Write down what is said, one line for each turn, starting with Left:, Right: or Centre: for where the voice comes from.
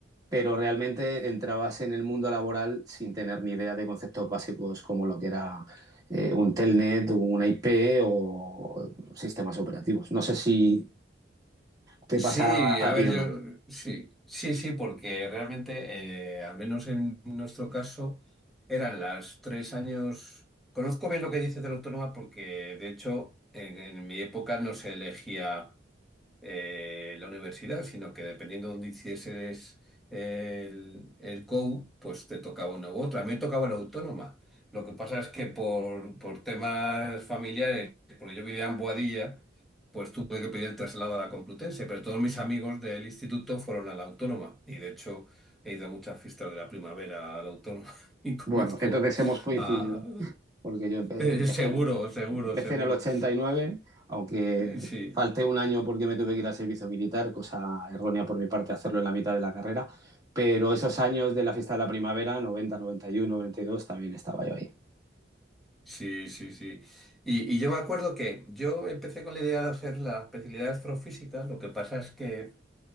Right: pero realmente entrabas en el mundo laboral sin tener ni idea de conceptos básicos como lo que era eh, un telnet, una IP o sistemas operativos. No sé si ¿Te
Centre: Sí,
Right: pasa a
Centre: a
Right: ti
Centre: ver,
Right: o
Centre: yo
Right: no?
Centre: sí, sí, sí, porque realmente, eh, al menos en nuestro caso, eran las tres años. Conozco bien lo que dices de la autónoma porque, de hecho, en, en mi época no se elegía. eh, la universidad, sino que dependiendo de dónde hicieses el, el COU, pues te tocaba una u otra. A mí me tocaba la autónoma. Lo que pasa es que por, por temas familiares, porque yo vivía en Boadilla, pues tuve que pedir el traslado a la Complutense, pero todos mis amigos del instituto fueron a la autónoma y de hecho he ido a muchas fiestas de la primavera a la autónoma <laughs> y conozco
Right: Bueno, entonces hemos coincidido,
Centre: a...
Right: porque yo, empe-
Centre: eh,
Right: yo empecé,
Centre: seguro, seguro,
Right: empecé
Centre: seguro.
Right: en el 89, aunque
Centre: Sí,
Right: falté un año porque me tuve que ir al servicio militar, cosa errónea por mi parte hacerlo en la mitad de la carrera, pero esos años de la fiesta de la primavera, 90, 91, 92, también estaba yo ahí,
Centre: Sí, sí, sí. Y, y yo me acuerdo que yo empecé con la idea de hacer la especialidad de astrofísica, lo que pasa es que